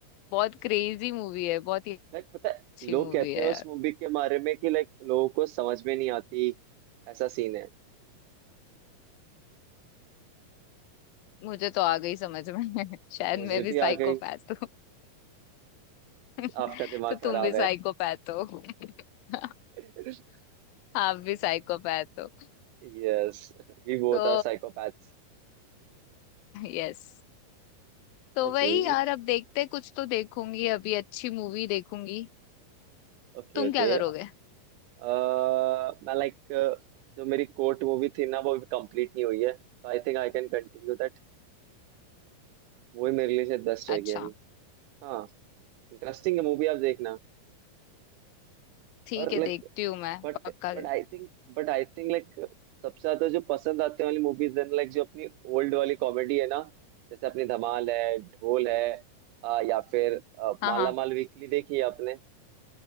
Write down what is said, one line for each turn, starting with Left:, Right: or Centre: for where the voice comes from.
Left: बहुत क्रेजी मूवी है बहुत ही
Right: लाइक पता है
Left: अच्छी
Right: लोग
Left: मूवी
Right: कहते
Left: है
Right: हैं उस
Left: यार
Right: मूवी के बारे में कि लाइक लोगों को समझ में नहीं आती ऐसा सीन है
Left: मुझे तो आ गई समझ में <laughs> शायद
Right: मुझे
Left: मैं भी
Right: भी
Left: साइकोपैथ
Right: आ गई
Left: हूँ <laughs>
Right: आपका दिमाग
Left: तो तुम
Right: खराब
Left: भी साइकोपैथ
Right: है
Left: हो <laughs>
Right: <laughs>
Left: आप भी साइकोपैथ हो
Right: Yes we both
Left: तो
Right: are psychopaths
Left: यस तो
Right: Okay
Left: वही यार अब देखते कुछ तो देखूंगी अभी अच्छी मूवी देखूंगी
Right: okay
Left: तुम
Right: okay
Left: क्या करोगे
Right: अह, मैं लाइक जो मेरी कोर्ट मूवी थी ना वो अभी कंप्लीट नहीं हुई है तो I think I can continue that वो ही मेरे लिए से दस रह
Left: अच्छा
Right: गया अभी हाँ इंटरेस्टिंग है मूवी आप देखना
Left: ठीक
Right: और
Left: है
Right: like
Left: देखती हूँ मैं
Right: but
Left: पक्का
Right: but I think but I think like सबसे ज्यादा जो पसंद आते वाली मूवीज है लाइक जो अपनी ओल्ड वाली कॉमेडी है ना जैसे अपनी धमाल है ढोल है अह, या फिर अह,
Left: हाँ
Right: माला
Left: हाँ
Right: माल वीकली देखी है आपने